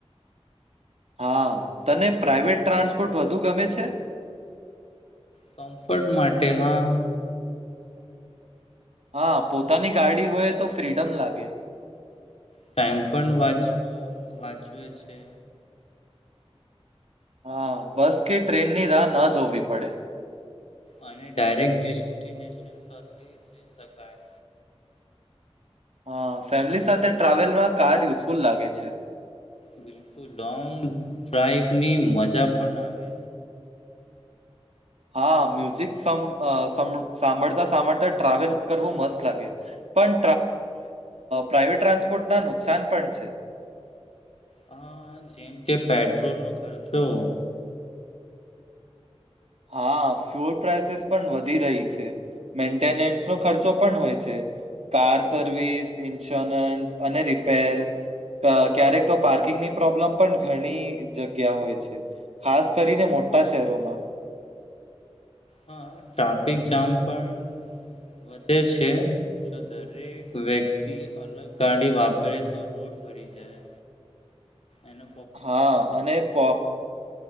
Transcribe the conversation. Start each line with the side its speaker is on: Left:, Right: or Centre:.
Right: હા તને પ્રાાઈવેટ ટ્રાન્સપોર્ટ વધુ ગમે છે?
Left: કમ્ફર્ટ માટે હા.
Right: હા પોતાની ગાડી હોય તો ફ્રીડમ લાગે.
Left: ટાઈમ પણ વાંચવ વાંચવે છે.
Right: હા બસ કે ટ્રેનની રાહ ના જોવી પડે.
Left: અને ડાયરેક્ટ ડેસ્ટિનેશન <unintelligible> શકાય.
Right: હા ફેમિલી સાથે ટ્રાવેલ માં કાર યુઝફુલ લાગે છે.
Left: બિલકુલ લોંગ ડ્રાઈવ ની મજા પણ આવે.
Right: હા મ્યુઝિક સમ અ સંભ સાંભળતા સાંભળતા ટ્રાવેલ કરવું મસ્ત લાગે. પણ પ્રાઇવેટ ટ્રાન્સપોર્ટ ના નુકસાન પણ છે.
Left: હ જેમ કે પેટ્રોલ નો ખર્ચો
Right: હા ફ્યુલ પ્રઇસીસ પણ વધી રહી છે. મેન્ટેનન્સ નો ખર્ચો પણ હોય છે. કાર સર્વિસ ઇન્સ્યોરન્સ અને રિપેર અ ક્યારેક તો પાર્કિંગની પ્રોબ્લેમ પણ ઘણી જગ્યા હોય છે. ખાસ કરીને મોટા શહેરોમા
Left: હા ટ્રાફિક જામ પણ વધે છે. જો દરેક વ્યક્તિ અલગ ગાડી વાપરે તો રોડ ભરી જાય. એનુ
Right: હા અને પ